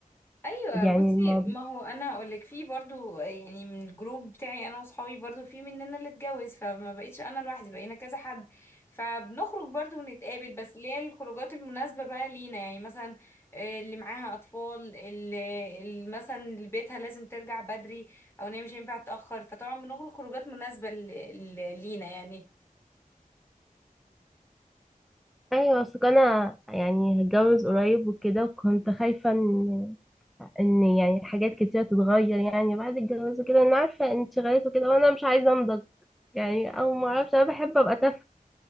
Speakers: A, on the left; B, in the centre.
A: ايوه
B: يعني
A: بصي
B: الموضوع
A: ما هو انا هقولك في برضو يعني من الجروب بتاعي انا واصحابي برضو في مننا اللي اتجوز فما بقيتش انا لوحدي بقينا كذا حد فبنخرج برضو ونتقابل بس اللي هي الخروجات المناسبة بقى لينا يعني مثلا آه، اللي معاها اطفال اللي اللي مثلا اللي بيتها لازم ترجع بدري او ان هي مش هينفع تتأخر فطبعا بنخرج خروجات مناسبة ل- ل- لينا يعني
B: ايوه اصل انا يعني هتجوز قريب وكده وكنت خايفه ان ان يعني حاجات كتيره تتغير يعني بعد الجواز وكده انا عارفه انشغالات وكده وانا مش عايزه انضج يعني او ما اعرفش انا بحب ابقى تافهه